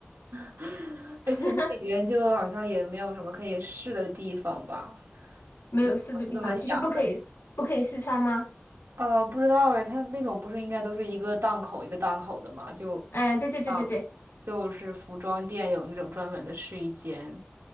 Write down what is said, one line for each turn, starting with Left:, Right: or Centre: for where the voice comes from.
Right: <laughs>
Left: <laughs>
Right: 而且那里边就好像也没有什么可以试的地方吧，
Left: 没有试的地方，
Right: 就我是这么想的。
Left: 就是不可以不可以试穿吗？
Right: 哦，不知道哎，它那种不是应该都是一个档口一个档口的吗？就，
Left: 哎，对对对对对，
Right: 啊，就是服装店有那种专门的试衣间，